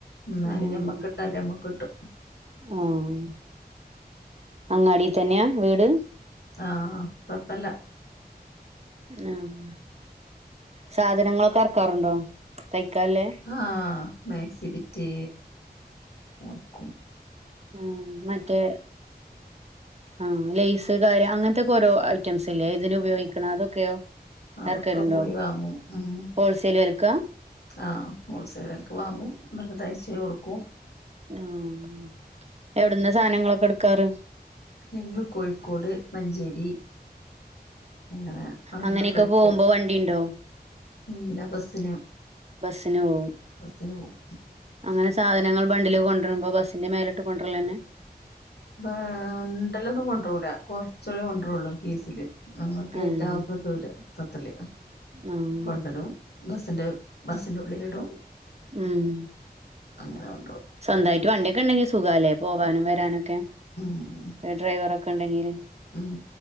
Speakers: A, on the left (about 80°); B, on the right (about 40°).
A: ഇന്നാലും
B: ആഹ്
A: ഞമ്മക്ക് കിട്ടാല്ലെ ഞമ്മക്ക് കിട്ടും.
B: ആഹ് അങ്ങാടി തന്നെയാ വീട്
A: ആഹ് കൊഴപ്പല്ല
B: ആഹ് സാധനങ്ങളൊക്കെ എറക്കാറുണ്ടോ. തയ്യ്ക്കാല്ലെ
A: ആഹ് മാക്സി ബിറ്റ് നോക്കും.
B: ആഹ് മറ്റേ ആ ലേയ്സ് കാര്യം അങ്ങൻത്തൊക്കെ ഓരോ ഐറ്റംസ് ഇല്ലേ ഇതിന് ഉപയോഗിക്ക്ണ അതൊക്കെയോ
A: അതൊക്കെ
B: എറ്ക്കലുണ്ടോ
A: പോയി വാങ്ങും ഉം
B: ഹോൾസെയിൽ വെലക്കാ
A: ആഹ് ഹോൾസെയിൽ വെലക്ക് വാങ്ങും. ഇന്നട്ട് തയ്ച്ച് കൊടുക്കും.
B: ആഹ് എവിടന്ന സാധനങ്ങളൊക്കെ എടുക്കാറ്?
A: ഞങ്ങൾ കോഴിക്കോട് മഞ്ചേരി. അങ്ങനെ അവിട്ന്നൊക്കെടുക്കും.
B: അങ്ങനെയൊക്കെ പോകുമ്പോ വണ്ടിണ്ടോ
A: ഇല്ല ബസിന
B: ബസ്സിന് പോവും
A: ബസിന് പോവും.
B: അങ്ങനെ സാധനങ്ങൾ ബണ്ടിൽ കൊണ്ട്രുമ്പോ ബസിന്റെ മേലെട്ട് കൊണ്ട്ര്ലെന്നെ?
A: ബാണ്ടിലൊന്നും കൊണ്ട്രൂല കൊറചെ കൊണ്ട്രൊള്ളു കിസില്. ഞങ്ങൾക്ക്
B: ഏഹ്
A: ഏറ്റാവുന്ന ദൂരത്തത്തില്
B: ആഹ്
A: കൊണ്ടരും. ബസ്സിന്റെ ബസിന്റെ ഉള്ളിലിടും.
B: ഉം
A: അങ്ങനെ കൊണ്ടോവും
B: സ്വന്തായിട്ട് വണ്ടിയൊക്കെ ഇണ്ടെങ്കി സുഖാലേ പോവാനും വരാനൊക്കെ?
A: ഉം
B: ഡ്രൈവറെക്കെ ഇണ്ടെങ്കില്.
A: ഉം